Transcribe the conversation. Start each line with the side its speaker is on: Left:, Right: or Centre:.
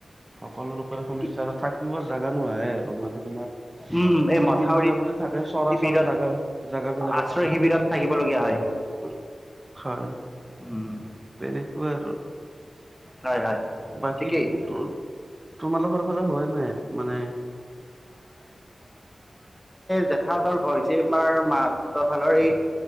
Right: সকলো লোকৰে সমস্যা
Centre: এতিয়া
Right: আৰু থাকিব জাগা নোহয়ে আৰু মানে তোমাৰ
Centre: উম, এই
Right: শিবিৰ
Centre: মথাউৰিত
Right: বিলাকতে থাকে চৰা
Centre: শিবিৰত
Right: চৰা জাগা জোগ বিলাকত
Centre: আশ্ৰয়
Right: থাকে
Centre: শিবিৰত থাকিবলগীয়া হয়।
Right: হয়
Centre: উম,
Right: তেনেকুৱা
Centre: হয়, হয়।
Right: বাকী
Centre: ঠিকেই
Right: তোৰ তোমালোকৰ ফালে হয় নাই মানে
Centre: জেঠাহতঁৰ ঘৰ হৈছিল আমাৰ মাহতঁৰ ফালৰ এই